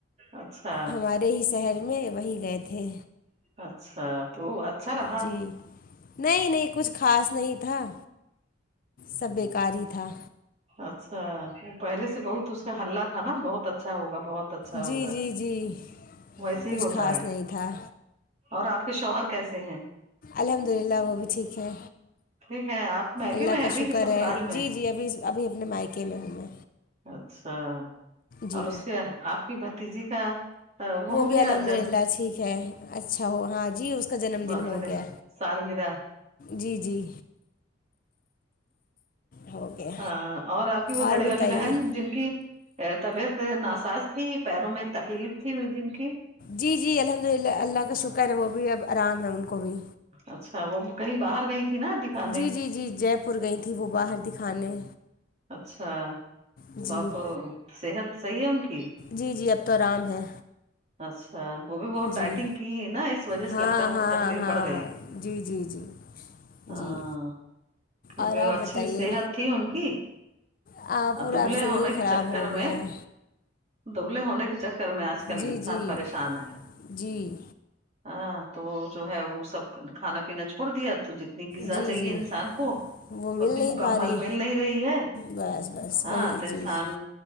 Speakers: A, on the right (about 35°); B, on the left (about 45°).
A: اچھا
B: ہمارے ہی شہر میں وہیں گئے تھے
A: اچھا تو اچھا رہا
B: جی نہیں نہیں کچھ خاص نہیں تھا سب بیکار ہی تھا
A: اچھا وہ پہلے سے بہت اس کا ہلہ تھا نا بہت اچھا اچھا ہوگا بہت اچھا
B: جی
A: ہوگا
B: جی جی
A: ویسے
B: کچھ
A: ہی ہوتا
B: خاص
A: ہے
B: نہیں تھا
A: اور آپ کے شوہر کیسے ہیں
B: الحمد للہ وہ بھی ٹھیک ہے
A: ٹھیک ہے آپ میکے
B: اللہ
A: میں ہیں
B: کا
A: ابھی
B: شکر
A: کہ سسرال
B: ہے
A: میں
B: جی جی ابھی ابھی اپنے مائکے میں ہوں میں
A: اچھا
B: جی
A: اور اس کے آپ کی بھتیجی کا وہ ہو
B: بھی
A: گیا
B: الحمد
A: جنم
B: للہ ٹھیک ہے اچھا ہو ہاں جی اس کا جنم
A: برتھ
B: دن ہو
A: ڈے
B: گیا
A: سالگرہ
B: جی جی ہو گیا
A: ہاں اور آپ کی وہ
B: اور
A: بڑے
B: بتائیے
A: والی بہن جن کی طبیعت ناساز تھی پیروں میں تکلیف تھی جن کی
B: جی جی الحمد للہ اللہ کا شکر ہے وہ بھی اب آرام ہے ا ان کو بھی
A: اچھا وہ کہیں باہر گئی تھی نا دکھانے
B: جی جی جی جے پور گئی تھیں وہ باہر دکھانے
A: اچھا
B: جی
A: تو اب صحت صحیح ہے ان کی
B: جی جی اب تو آرام ہے
A: اچھا وہ بھی بہت ڈائٹنگ
B: جی
A: کی نا اس وجہ سے
B: ہاں
A: لگتا ہے ان
B: ہاں
A: کو تکلیف
B: ہاں
A: بڑھ گئی
B: جی جی جی
A: ہاں
B: جی
A: کیونکہ
B: اور آپ
A: اچھی
B: بتائیے
A: صحت تھی ان کی
B: آ, پورا
A: اور دبلے
B: آپ شریر
A: ہونے کے
B: خراب
A: چکر
B: ہو
A: میں
B: گیا ہے
A: دبلے ہونے کے چکر میں آ کل
B: جی
A: انسان
B: جی
A: پریشان ہے
B: جی
A: ہاں تو وہ جو ہے وہ سب کھانا پینا چھوڑ دیا تو جنا غذا
B: جی
A: چاہیے
B: جی
A: انسان کو
B: وہ مل
A: اتنی
B: نہیں
A: مکمل
B: پا رہی
A: مل نہیں رہی ہے
B: بس بس
A: ہاں
B: وہی
A: تو انسان
B: جی جی